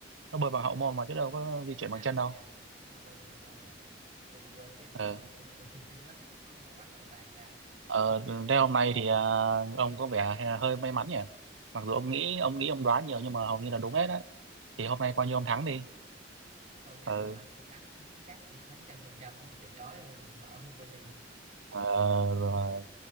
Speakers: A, on the right; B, on the right.
A: nó bơi bằng hậu môn mà chứ đâu có di chuyển
B: À
A: bằng chân
B: đúng rồi
A: đâu
B: nha. Đúng rồi bơi bằng ông môn nha. Tôi quên cái
A: ờ
B: khúc đó luôn. Tôi tôi chỉ nhớ tới khúc nó bao bắn nội tạng ra. <laughs>
A: ờ
B: Ghê vậy.
A: thế hôm nay thì ờ, ông có vẻ hơi may mắn nhỉ mặc dù ông nghĩ ông nghĩ ông đoán nhiều nhưng mà hầu như là đúng hết á thì hôm nay coi như ông thắng đi
B: Coi như
A: ờ
B: nữa hả? Tôi thắng, <laughs> tôi thắng chắc, tôi thắng trăm phần trăm, thắng tuyệt đối luôn. Bảo với coi như.
A: ờ, rồi